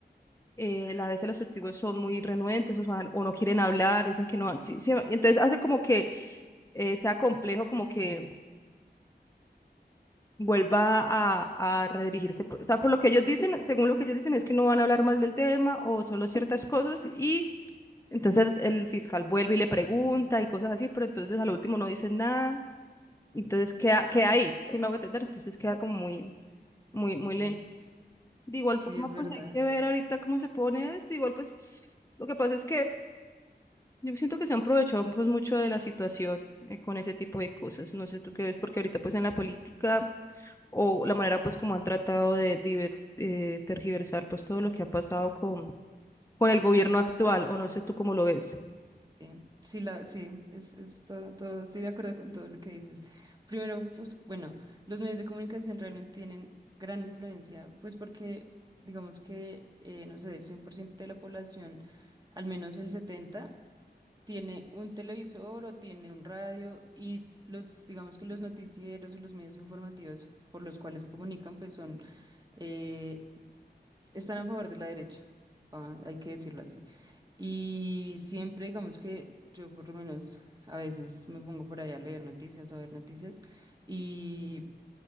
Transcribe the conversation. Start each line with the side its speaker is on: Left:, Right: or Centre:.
Left: eh, la- a veces los testigos son muy renuentes o, sea, o no quieren hablar, dicen que no han, sí- sí, entonces hace como que eh, sea complejo como que vuelva a, a redirigirse. Por- O sea, por lo que ellos dicen, según lo que ellos dicen, es que no van a hablar más del tema o solo ciertas cosas y entonces el fiscal vuelve y le pregunta y cosas así, pero entonces al último no dicen nada. Entonces queda, queda ahí, sí me hago entender, entonces queda como muy, muy, muy
Right: sí,
Left: lento. De igual
Right: sí
Left: forma,
Right: es
Left: pues
Right: verdad.
Left: hay que ver ahorita cómo se pone esto. Igual, pues lo que pasa es que yo siento que se han aprovechado pues mucho de la situación eh, con ese tipo de cosas. No sé tú qué ves, porque ahorita pues en la política o la manera pues como han tratado de diver- eh, tergiversar pues todo lo que ha pasado con, con el gobierno actual, o no sé tú cómo lo ves.
Right: Eh, sí, la, sí, es, es todo, todo- estoy de acuerdo con todo lo que dices. Primero, pues bueno, los medios de comunicación realmente tienen gran influencia, pues porque digamos que, eh, no sé, del 100% de la población, al menos el 70, tiene un televisor o tiene un radio y los, digamos que los noticieros o los medios informativos por los cuales se comunican, pues son... eh, están a favor de la derecha, ah, hay que decirlo así. Y siempre, digamos que yo por lo menos a veces me pongo por ahí a leer noticias o a ver noticias y,